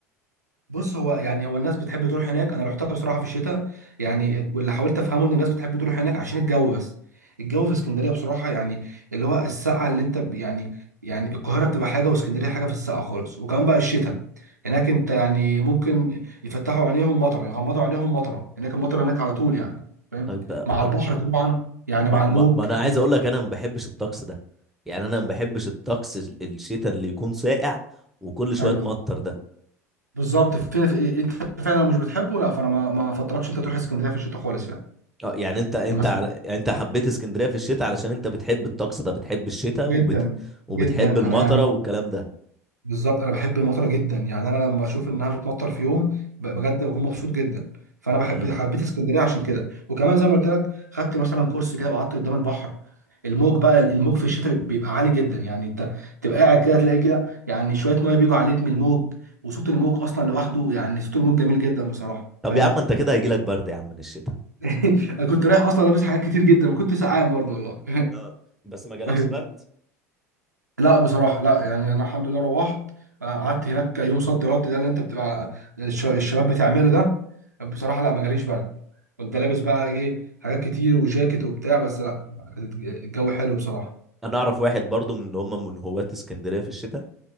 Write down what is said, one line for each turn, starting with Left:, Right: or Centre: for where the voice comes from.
Right: بص هو يعني هو الناس بتحب تروح هناك انا رحتها بصراحه في الشتاء يعني واللي حاولت افهمه ان الناس بتحب تروح هناك عشان الجو بس الجو في اسكندريه بصراحه يعني اللي هو السقعه اللي انت ب- يعني يعني القاهره بتبقى حاجه واسكندريه حاجه في السقعه خالص وكمان بقى الشتاء هناك انت يعني ممكن يفتحوا عينيهم مطره يغمضوا عينيهم مطره هناك المطره هناك على طول يعني فاهم
Centre: طيب بقى-
Right: مع
Centre: طب
Right: البحر طبعا يعني
Centre: ما,
Right: مع الموج
Centre: ما, ما انا
Right: يعني
Centre: عايز اقول لك انا ما بحبش الطقس ده يعني انا ما بحبش الطقس ال- الشتاء اللي يكون ساقع وكل شويه
Right: ايوه
Centre: مطر ده
Right: بالظبط فين في انت فعلا مش بتحبه لا فانا ما ما افضلكش انت تروح اسكندريه في الشتاء خالص يعني
Centre: اه يعني انت انت
Right: بس
Centre: على- انت حبيت اسكندريه في الشتاء علشان انت بتحب الطقس ده بتحب الشتاء
Right: جدا
Centre: وبت وبتحب
Right: جدا انا
Centre: المطره
Right: يعني
Centre: والكلام ده
Right: بالظبط انا بحب المطره جدا يعني انا لما اشوف انها بتمطر في يوم ب- بجد بكون مبسوط جدا فانا بحب
Centre: امم
Right: حبيت اسكندريه عشان كده وكمان زي ما قلت لك خدت مثلا كورس كده وقعدت قدام البحر الموج بقى الموج في الشتاء بيبقى عالي جدا يعني انت تبقى قاعد كده تلاقي كده يعني شويه ميه بيجوا عليك من الموج وصوت الموج اصلا لوحده يعني صوت الموج جميل جدا بصراحه
Centre: طب
Right: فاهم
Centre: يا عم انت كده هيجيلك برد يا عم من الشتاء
Right: <laughs> انا كنت رايح اصلا لابس حاجات كتير جدا وكنت سقعان برضه والله
Centre: اه بس ما جالكش
Right: <laughs>
Centre: برد
Right: لا بصراحة لا يعني أنا الحمد لله روحت آه، قعدت هناك يوم صد رد ده اللي أنت بتبقى آه، الش- الشباب بتعمله ده بصراحة لا ما جاليش برد كنت لابس بقى إيه حاجات كتير وجاكيت وبتاع بس لا كانت الجو حلو بصراحة
Centre: انا اعرف واحد برضو من ان هم من هواة اسكندريه في الشتاء